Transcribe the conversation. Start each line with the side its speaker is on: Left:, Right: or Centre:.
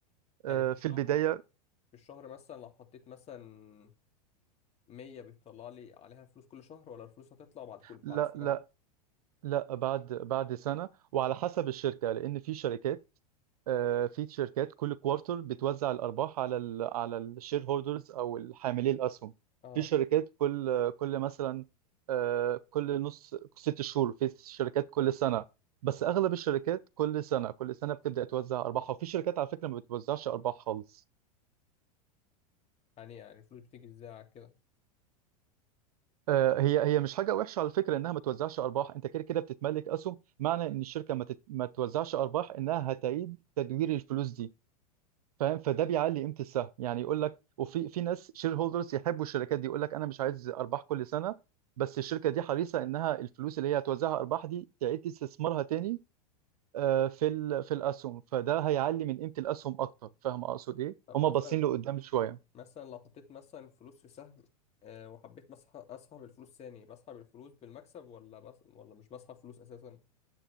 Left: يعني
Right: آه
Left: في الشهر
Right: في البداية
Left: في الشهر مثلا لو حطيت مثلا 100 بيطلع لي عليها فلوس كل شهر ولا الفلوس هتطلع بعد كل بعد
Right: لا
Left: سنة
Right: لا لا بعد بعد سنة وعلى حسب الشركة لأن في شركات آه، في شركات كل كوارتر بتوزع الارباح على ال على الشير هولدرز او حاملي الاسهم
Left: اه
Right: في شركات كل كل مثلا آه، كل نص ست شهور في شركات كل سنه بس اغلب الشركات كل سنه كل سنه بتبدا توزع ارباحها وفي شركات على فكره ما بتوزعش ارباح خالص
Left: يعني يعني الفلوس بتيجي ازاي على كده
Right: آه، هي هي مش حاجه وحشه على فكره انها ما توزعش ارباح انت كده كده بتتملك اسهم معنى ان الشركه ما تت- ما توزعش ارباح انها هتعيد تدوير الفلوس دي فاهم فده بيعلي قيمه السهم يعني يقول لك وفي في ناس شير هولدرز يحبوا الشركات دي يقول لك انا مش عايز ارباح كل سنه بس الشركه دي حريصه انها الفلوس اللي هي هتوزعها ارباح دي تعيد استثمارها تاني آه، في ال- في الاسهم فده هيعلي من قيمه الاسهم اكتر فاهم اقصد ايه
Left: طب مثلا
Right: هم باصين لقدام شويه
Left: مثلا لو حطيت مثلا فلوس في سهم آه وحبيت مسح اسحب الفلوس ثاني بسحب الفلوس بالمكسب ولا بس ولا مش بسحب فلوس اساسا